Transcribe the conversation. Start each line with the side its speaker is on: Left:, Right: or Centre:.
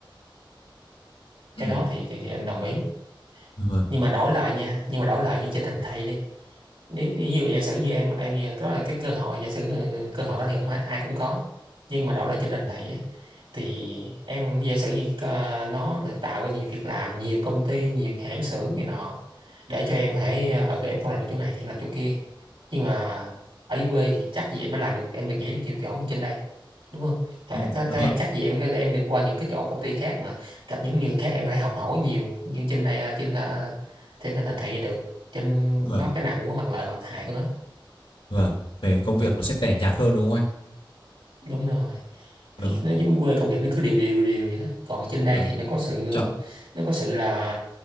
Left: Ừ.
Right: cái đó thì, thì thì anh đồng ý
Left: Dạ Vâng.
Right: nhưng mà đổi lại nha nhưng mà đổi lại như trên thành thị đi nếu ví dụ giả sử như em em như có cái cơ hội giả sử ờ, cơ hội đó thì không ai, ai cũng có nhưng mà đổi lại trên nền này á, thì em giả sử như ờ, nó là tạo ra nhiều việc làm nhiều công ty nhiều hãng xưởng này nọ để cho em có thể ờ ừ, em không làm được chỗ này thì em làm chỗ kia nhưng mà ở quê thì chắc gì em mới làm được em được nhảy được nhiều chỗ như trên đây đúng không Hệ-
Left: Ừ.
Right: có- có
Left: Dạ
Right: thể
Left: Vâng.
Right: chắc gì em em được qua những cái chỗ công ty khác mà gặp những người khác em có thể học hỏi nhiều như trên đây ờ, trên ờ, trên thành thị này được trên
Left: vâng
Right: nó cái nào cũng có mặt lợi mặt hại của nó
Left: vâng về công việc nó sẽ tẻ nhạt hơn đúng không anh
Right: đúng rồi
Left: đúng
Right: thì
Left: không?
Right: nó giống như quê công việc nó cứ đều đều đều vậy đó còn trên đây
Left: Vâng.
Right: thì nó có sự
Left: Chậm.
Right: ờ, nó có sự là